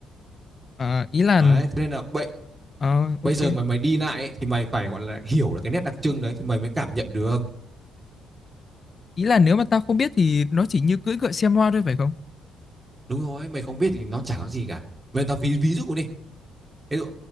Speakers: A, on the left; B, on the right.
A: à, ý là
B: Đấy, thế nên là bây
A: ờ, ok
B: bây giờ mày mày đi lại ấy, thì mày phải gọi là hiểu được cái nét đặc trưng đấy thì mày mới cảm nhận được
A: ý là nếu mà tao không biết thì nó chỉ như cưỡi ngựa xem hoa thôi phải không
B: đúng rồi mày không biết thì nó chẳng có gì cả mày tao ví ví dụ đi ví dụ